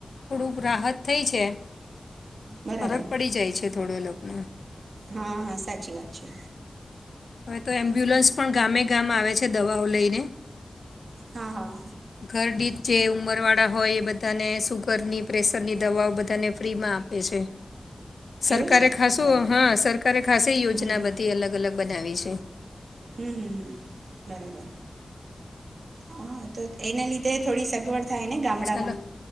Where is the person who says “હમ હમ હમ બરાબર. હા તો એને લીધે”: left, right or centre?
Right